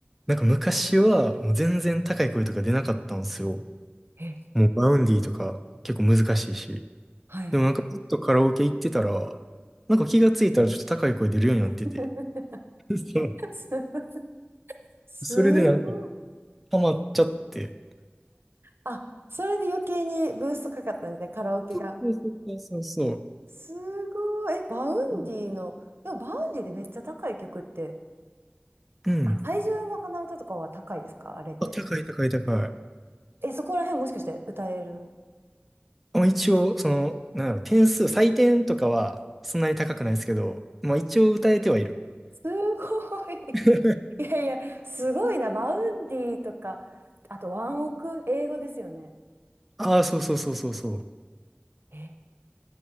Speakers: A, in the centre; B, on the right.
A: なんか昔はもう全然高い声とか出なかったんですよ。
B: え、
A: もうバウンディとか結構難しいし。
B: はい。
A: でもなんかずっとカラオケ行ってたら、なんか気がついたらちょっと高い声出るようになってて。
B: <laughs>
A: <laughs> そう。
B: す、すごい。
A: それでなんか、ハマっちゃって。
B: あ、それで余計にブーストかかったんですね、カラオケが。
A: そうそうそうそうそ
B: すごい。え、バウンディの、
A: う。うん。
B: でもバウンディでめっちゃ高い曲って、
A: うん
B: あ怪獣の花歌とかは高いですかあれって。
A: あ、高い高い高い。
B: え、そこら辺もしかして歌える
A: まあ、一応、その、なんだろう、点数、採点とかはそんなに高くないですけど、まあ一応歌えてはいる。
B: すごい。
A: <laughs>
B: <laughs> いやいや、すごいな。バウンディとか、あとワンオク、英語ですよね。
A: ああ、そうそうそうそうそう。
B: え